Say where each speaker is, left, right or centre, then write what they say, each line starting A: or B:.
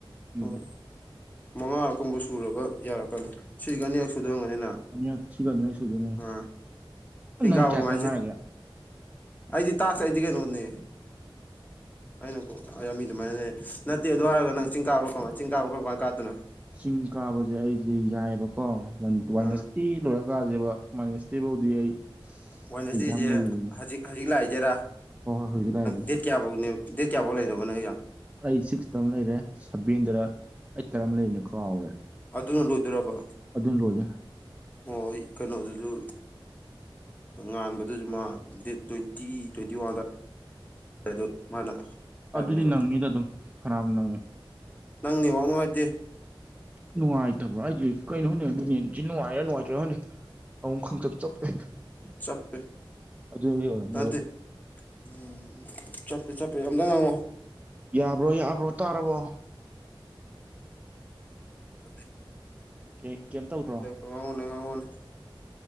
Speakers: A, on the right (about 15°); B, on the left (about 20°).
A: ꯎꯝ
B: ꯑꯣ ꯃꯉꯥꯔꯛꯀꯨꯝꯕ ꯁꯨꯔꯒ ꯌꯥꯔꯛꯀꯅꯤ ꯁꯤꯒ ꯑꯅꯤꯔꯛ ꯁꯨꯗꯣꯏ ꯑꯣꯏꯔꯝꯒꯅꯤ ꯅꯪ
A: ꯑꯅꯤꯔꯛ ꯁꯤꯒ ꯑꯅꯤꯔꯛ ꯁꯨꯗꯣꯏꯅꯦ
B: ꯑ ꯆꯤꯡ
A: ꯅꯪ
B: ꯀꯥꯕ
A: ꯀꯌꯥꯇꯥ
B: ꯀꯃꯥꯏꯅ
A: ꯉꯥꯏꯔꯒꯦ
B: ꯆꯠ ꯑꯩꯗꯤ ꯇꯥꯛꯁ ꯑꯩꯗꯤ ꯀꯩꯅꯣꯅꯦ ꯑꯩꯅ ꯀꯣ ꯌꯥꯝ ꯃꯤ ꯑꯗꯨꯃꯥꯏꯅ ꯂꯩ ꯅꯠꯇꯦ ꯑꯗꯨ ꯍꯥꯏꯔꯒ ꯅꯪ ꯆꯤꯡ ꯀꯥꯕ ꯀꯃꯥꯏ ꯆꯤꯡ ꯀꯥꯕ ꯀꯔꯝ ꯀꯥꯏ ꯀꯥꯗꯅꯣ
A: ꯆꯤꯡ ꯀꯥꯕꯁꯦ ꯑꯩꯁꯦ ꯌꯥꯏꯑꯕꯀꯣ ꯋꯥꯥꯏꯅꯁꯇꯦ
B: ꯑ
A: ꯂꯣꯏꯔ ꯀꯥꯁꯦꯕ ꯋꯥꯥꯏꯅꯁꯇꯦ ꯐꯧꯗꯤ ꯑꯩ
B: ꯋꯥꯦꯟꯁꯗꯦꯁꯦ
A: ꯑꯦꯛꯖꯥꯝ ꯂꯩꯔꯤꯕꯅꯤ
B: ꯍꯧꯖꯤꯛ ꯍꯧꯖꯤꯛ ꯂꯥꯛꯏꯁꯦꯔꯥꯥꯡ
A: ꯍꯣꯏ ꯍꯣꯏ ꯍꯧꯖꯤꯛ ꯂꯥꯛꯏꯁꯦ
B: ꯗ‌ꯦꯠ ꯀꯌꯥꯐꯧꯅꯦ ꯗꯦꯠ ꯀꯌꯥꯐꯧ ꯂꯩꯗꯧꯕ ꯅꯒꯤꯁ‌ꯦ
A: ꯑꯩ ꯁꯤꯛꯁꯇ ꯑꯃ ꯂꯩꯔꯦ ꯁꯚꯦꯟꯗ ꯑꯩꯠꯇꯔ ꯑꯃ ꯂꯩꯕꯅꯤ ꯀꯥꯎꯔꯦ
B: ꯑꯗꯨꯅ ꯂꯣꯏꯗꯣꯏꯔꯕ
A: ꯑꯗꯨꯅꯥ ꯂꫭꯏꯗꫭꯏꯅꯤ
B: ꯑꫭ ꯑꯩ ꯀꯩꯅꯣꯗꯨꯁꯨ ꯉꯥꯟꯕꯗꯨꯁꯨ ꯃꯥ ꯗꯦꯠ ꯇ꯭ꯋꯦꯟꯇꯤ ꯇ꯭ꯋꯦꯟꯇꯤ ꯋꯥꯟ ꯑꯗꯥꯏ ꯑꯗꯨ ꯃꯥꯅ ꯍꯥꯏꯕꯅꯦꯕ
A: ꯑꯗꯨꯗꯤ ꯅꯪꯅꯤꯗ ꯑꯗꯨꯝ ꯐꯅꯌꯥꯝ ꯅꯪꯉꯦ
B: ꯅꯪ ꯅ‌ꯦꯠ ꯋꯥꯥꯛ ꯅꯨꯡꯉꯥꯏꯇ‌ꯦ
A: ꯅꯨꯡꯉꯥꯏꯇꯕ꯭ꯔꯥ ꯑꯩꯗꯤ ꯀꯩꯅꯣꯅ‌ꯦ ꯑꯗꯨꯅ‌ꯦ ꯍꯧꯖꯤꯛ ꯅꯨꯡꯉꯥꯏꯔꯥ ꯅꯨꯡꯉꯥꯏꯇꯔ ꯈꯪꯗ‌ꯦ ꯑꯃꯨꯛ ꯈꯪꯆꯞ ꯆꯞꯄꯦ
B: ꯆꯞꯄꯦ
A: ꯑꯗꯨꯒꯤ ꯑꯣꯏꯔꯝꯅꯦꯕ
B: ꯅꯠꯇ‌ꯦ ꯎꯝ ꯆꯞꯄꯦ ꯆꯞꯄꯦ ꯑꯃꯇ ꯉꯥꯡꯉꫭ
A: ꯌꯥꯕ꯭ꯔꯣ ꯌꯥꯕ꯭ꯔꯣ ꯇꯥꯔꯕꯣ
B: ꯐ <unintelligible>
A: ꯀꯩ ꯀꯩꯝ ꯇꯧꯗ꯭ꯔꯣ
B: ꯉꯥꯡꯉꯣꯅꯦ ꯉꯥꯡꯉꯣꯅꯦ